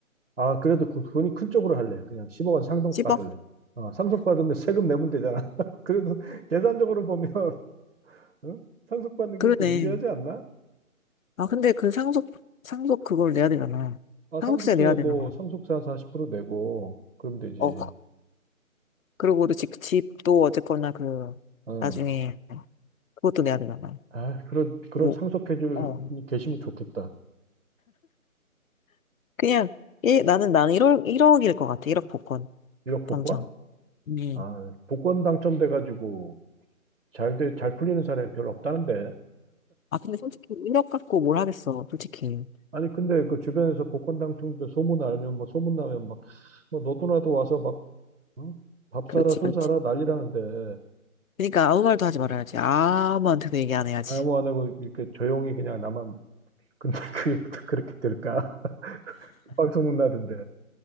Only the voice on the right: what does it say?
아, 그래도 그 돈이 큰 쪽으로 할래. 그냥 10억 원 상속
받을래. 어, 상속 받으면 세금 내면 되잖아. <laughs> 그래도 계산적으로 보면 <laughs> 응? 상속 받는
게 더 유리하지 않나?
아, 상속세
뭐
상속세 한 40% 내고 그럼 되지.
어.
아, 그런, 그런
상속해줄
분이 계시면 좋겠다.
1억 복권?
아, 복권 당첨돼가지고 잘 돼, 잘 풀리는 사람이 별로 없다는데.
아니, 근데 그 주변에서 복권 당첨돼 소문 알면 뭐 소문 나면 막, 뭐 너도 나도 와서 막, 어? 밥
사라, 술
사라 난리라는데.
음.
아무 안 하고 이렇게 조용히 그냥 나만, <laughs> 근데 그게 또 그렇게 될까? <laughs> 빵 소문 나던데.